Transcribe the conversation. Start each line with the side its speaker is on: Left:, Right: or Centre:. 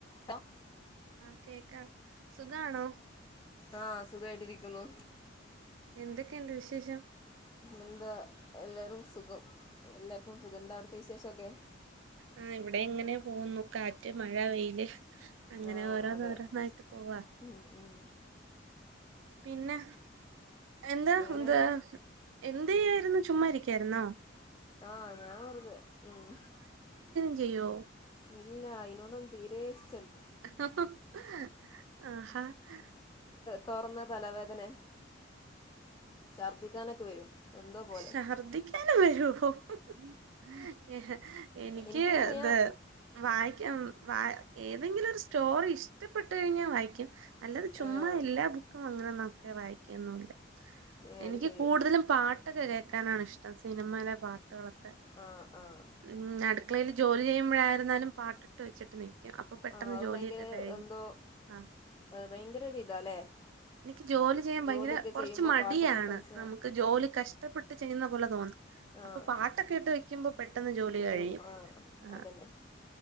Left: ട്ടോ
Right: ആ കേക്ക സുഖണോ
Left: ആ സുഖമായിട്ടിരിക്കുന്നു
Right: എന്തൊക്കെയുണ്ട് വിശേഷം
Left: എന്താ എല്ലാരും സുഖം എല്ലാർക്കും സുഖം എന്താ അടുത്തെ വിശേഷൊക്കെ
Right: ആ ഇവിടെ എങ്ങനെ പോന്നു കാറ്റ് മഴ വെയില് അങ്ങനെ
Left: ആഹ്
Right: ഓരോ
Left: അതെ
Right: നേരോന്നായിട്ട് പോവാ
Left: ഉം ഉം
Right: പിന്നെ എന്താ
Left: എങ്ങനെ
Right: എന്താ എന്തെയ എന്നും ചുമ്മാരിക്കായിരുന്നാ
Left: ആ ഞാൻ വെറുതെ ഉം
Right: അയ്യയ്യോ
Left: ഇല്ല അയ്നൊന്നും തീരേഷ്
Right: അഹ്‌ഹ് ഹ് ഹ് ആഹാ ഹ്
Left: തൊറന്ന തലവേദനേ ശർദിക്കാനൊക്കെ വരും എന്തോ പോലെ
Right: ശർദിക്കാന് വരോ ഹോ ഹ് ഹ് ഹ്ഇഹ് എനിക്ക്
Left: എനിക്കിപ്പോ ഞാൻ
Right: ത് എ വായിക്കാ വാ ഏതെങ്കിലൊരു സ്റ്റോറി ഇഷ്ടപ്പെട്ട് കഴിഞ്ഞാ വായിക്കും അല്ലാത് ചുമ്മാ
Left: ആഹ്
Right: എല്ലാ ബുക്കും അങ്ങനെന്നൊക്കെ വായിക്കെന്നുല്ല
Left: ഏഹ്
Right: എനിക്ക്
Left: അത് ശരി
Right: കൂടുതലും പാ കേക്കാനാണിഷ്ടം സിനിമെലെ പാട്ട് കളൊക്കെ
Left: ആഹ് ആഹ്
Right: ഉം അടുളക്കളേല് ജോലി ചെയ്യുമ്പഴായിരുന്നാലും പാട്ടിട്ട് വച്ചിട്ട് നി അപ്പൊ പെട്ടെന്ന്
Left: ആഹ് അത്
Right: ജോലിയൊക്കെ
Left: ഭയങ്കര
Right: കഴിഞ്ഞ്
Left: എന്തോ
Right: ആ
Left: ഭയങ്കര ഒരു ഇതാല്ലേ
Right: എനിക്ക് ജോലി ചെയ്യാൻ
Left: ജോലിയൊക്കെ
Right: ഭയങ്കര കൊറച്ച്
Left: ചെയ്യുമ്പോ
Right: മടിയാണ്
Left: പാട്ടൊക്കെ ഇട്ട് വെച്ച
Right: നമുക്ക് ജോലി കഷ്ടപ്പെട്ട് ചെയ്യുന്ന പോലെ തോന്നും അപ്പൊ
Left: ആഹ്
Right: പാട്ടൊക്കെ ഇട്ട് വെയ്ക്കുമ്പോ പെട്ടെന്ന് ജോലി
Left: ഒരു
Right: കഴിയും
Left: ആഹ്
Right: ആ
Left: അതന്നെ